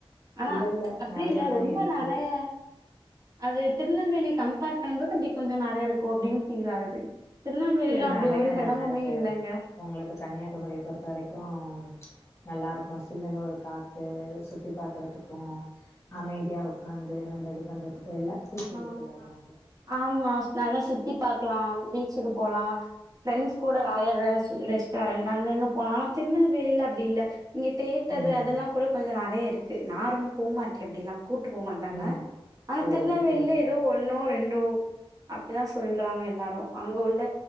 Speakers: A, on the right (about 35°); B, on the left (about 30°).
A: ஆனா
B: இல்ல இல்ல
A: அப்டி
B: நெறைய
A: இல்ல
B: தான்
A: ரொம்ப
B: இருக்கு
A: நறைய அது திருநெல்வேலி கம்பேர் பண்ணும்போது அப்டி கொஞ்சோ நறைய இருக்கோ அப்டின் ஃபீல் ஆகுது திருநெல்வேலில
B: இல்ல
A: அப்டி
B: நெறைய
A: ஒரு
B: தாங்க
A: எடமுமே
B: இருக்கு
A: இல்லங்க
B: உங்களுக்கு கன்னியாகுமாரிய பொறுத்த வரைக்கும் நல்லா இருக்கும் சில்லுன்னு ஒரு காத்து சுத்தி பாக்கறதுக்கும் அமைதியா உட்காந்து நம்ப இது பண்றதுக்கு எல்லாத்துக்குமே
A: ஆஹ்
B: இருக்கு எடோ அங்க
A: ஆமா நல்லா சுத்தி பாக்கலா பீச்சுக்கு போலா ஃப்ரெண்ட்ஸ் கூட ராயல் ஹவ்ஸ் ரெஸ்டாரன்ட் அங்க இங்க போனாலும் ஆனா திருநெல்வேலில அப்டி இல்ல இங்க தேட்டரு
B: ம்
A: அதெல்லா கூட கொஞ்சோ நறைய இருக்கு நா ரொம்ப போமாட்டே அப்டிலா கூட்டு போமாட்டாங்க
B: ம்
A: ஆனா
B: ஓ
A: திருநெல்வேலில
B: ஓகே ஓகே
A: ஏதோ ஒன்னோ ரெண்டோ அப்டிதா சொல்றாங்க எல்லாரு அங்க உள்ள